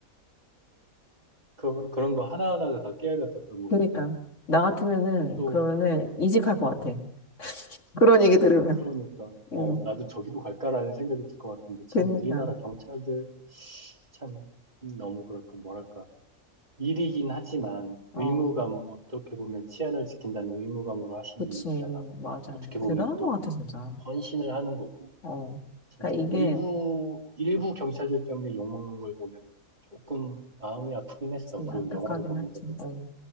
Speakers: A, on the right (about 30°); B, on the left (about 55°).
A: 그, 그런 거 하나하나가 다 깨알 같았던 것
B: 그니까.
A: 같고
B: 러나 같으면은,
A: 또
B: 그러면은 이직할
A: 음,
B: 것 같아. 그런 얘기 들으면.
A: 그러니까 어,
B: 응,
A: 나도 저기로 갈까라는 생각이 들 것 같은데 참
B: 그니까.
A: 우리나라 경찰들 참 너무 그럴까 뭐랄까 일이긴 하지만
B: 어,
A: 의무감, 어떻게 보면 치안을 지킨다는 의무감으로 하시는
B: 그치.
A: 일이잖아.
B: 맞아.
A: 어떻게 보면
B: 대단한
A: 또
B: 것 같아, 진짜.
A: 헌신을 하는 거고.
B: 어.
A: 진짜
B: 그니까 이게,
A: 일부, 일부 경찰들 때문에 욕먹는 걸 보면 조금 마음이 아프긴 했어.
B: 진짜
A: 그리고
B: 안타깝긴
A: 영화를 보면서도.
B: 하지. 어.